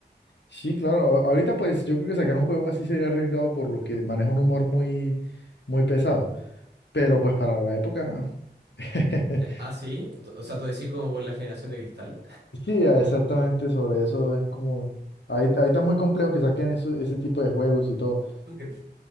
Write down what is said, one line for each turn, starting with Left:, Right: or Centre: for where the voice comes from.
Left: Sí, claro, a- ahorita pues yo creo que sacar un juego así sería arriesgado por lo que maneja un humor muy, muy pesado. Pero pues para la época. <laughs>
Right: Eh, ah, sí, Tú- o sea, tú decís como por la generación de cristal.
Left: Sí, exactamente sobre eso es como. Ahí, ahí está muy complejo que saquen eso, ese tipo de juegos y todo.
Right: ¿Tú cre-